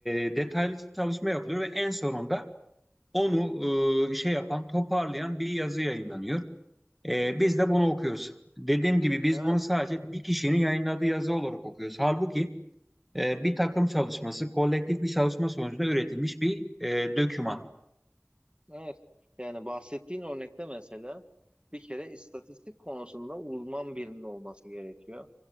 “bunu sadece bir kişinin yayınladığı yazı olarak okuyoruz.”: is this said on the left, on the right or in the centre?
Centre